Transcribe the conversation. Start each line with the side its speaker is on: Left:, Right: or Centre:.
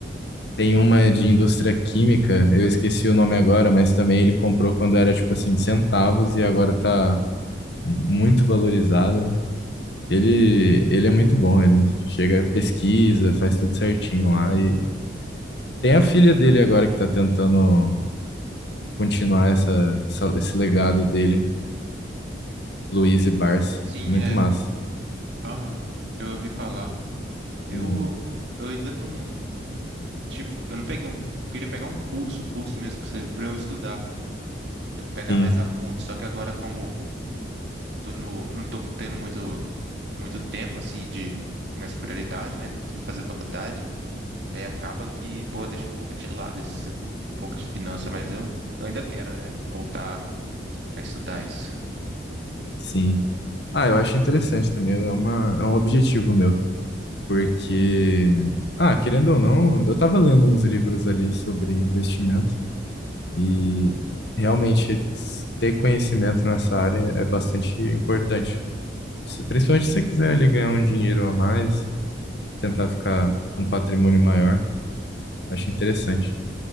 Left: tem uma de indústria química, eu esqueci o nome agora, mas também ele comprou quando era tipo assim, centavos e agora tá muito valorizada. Ele, ele é muito bom, ele chega, pesquisa, faz tudo certinho lá e tem a filha dele agora que tá tentando continuar essa, essa- esse
Right: Ah,
Left: legado dele. Luiz e Barsi.
Right: sim,
Left: Muito
Right: é.
Left: massa.
Right: Aham. Eu ouvi falar. Eu,
Left: Uhum.
Right: eu ainda não. Tipo, eu não peguei um. Queria pegar um curso, curso mesmo pra você, pra eu estudar, pra eu pegar
Left: Sim,
Right: mais a fundo. Só que agora, como tô no, não tô tendo muito, muito tempo, assim, de, nessa prioridade, né? Tudo fazer faculdade. Aí acaba que, pô, deixou um pouco de lado esse, um pouco de finança, mas eu, eu ainda quero, né? Voltar a estudar isso.
Left: sim. Ah, eu acho interessante também. É uma, é um objetivo meu. Porque, ah, querendo ou não, eu estava lendo uns livros ali sobre investimento e realmente ter conhecimento nessa área é bastante importante. Se- Principalmente se você quiser ali ganhar um dinheiro a mais, tentar ficar com um patrimônio maior, acho interessante.